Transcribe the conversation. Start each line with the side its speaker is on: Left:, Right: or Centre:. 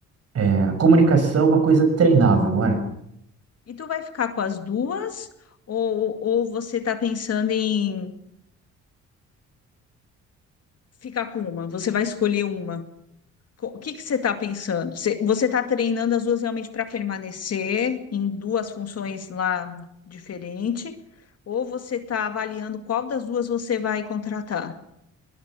Right: é, a comunicação é uma coisa treinável, não é?
Left: E tu vai ficar com as duas ou, ou você tá pensando em ficar com uma? Você vai escolher uma? co- o que que você está pensando? Você você está treinando as duas realmente para permanecer em duas funções lá diferente, ou você está avaliando qual das duas você vai contratar?